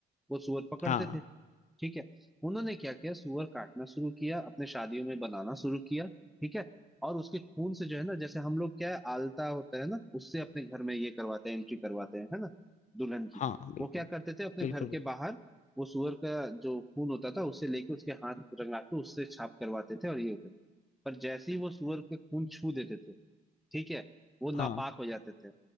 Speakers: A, in the centre; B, on the left.
A: वो सुअर पकड़ते
B: हाँ
A: थे ठीक है उन्होंने क्या किया सुअर काटना शुरू किया अपने शादियों में बनाना शुरू किया ठीक है और उसके खून से जो है ना जैसे हम लोग क्या है आलता होता है ना उससे अपने घर में ये करवाते हैं एंट्री करवाते हैं है ना दुल्हन की
B: हाँ बिल्कुल
A: वो क्या करते थे अपने
B: बिल्कुल
A: घर
B: बिल्कुल
A: के बाहर वो सुअर का जो खून होता था उसे लेके उसके हाथ रंगा के उससे छाप करवाते थे और ये होते थे। पर जैसे ही वो सुअर के खून छू देते थे ठीक है वो नापाक
B: हाँ
A: हो जाते थे